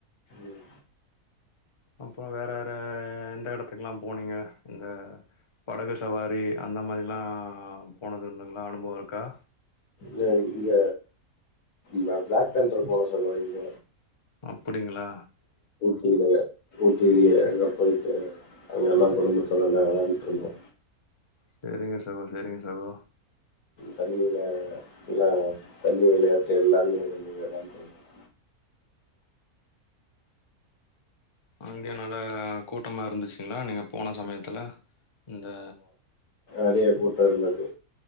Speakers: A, on the left (about 85°); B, on the left (about 35°).
A: ம்.
B: அப்றோ வேற வேற எந்த எடத்துக்குலா போனீங்க இந்த படகு சவாரி அந்த மாரிலா போனது உண்டுங்ளா அனுபவ‌ இருக்கா
A: இல்ல இங்க இந்த பிளாக் தண்டர் போனோ சகோ இங்க
B: அப்டிங்ளா
A: ஊட்டில ஊட்டிலயே அங்க போயிட்டு அங்கெல்லா குடும்பத்தோட அங்க விளாடிட்ருந்தோ
B: செரிங்க சகோ செரிங்க சகோ
A: பண்ணிலா ல்லயா தண்ணி விளையா எல்லாமெ இருந்து <unintelligible>
B: அங்கேயே நல்ல கூட்டமா இருந்துச்சுங்களா நீங்க போன சமயத்துல இந்த
A: அதிக கூட்டோ இருந்தது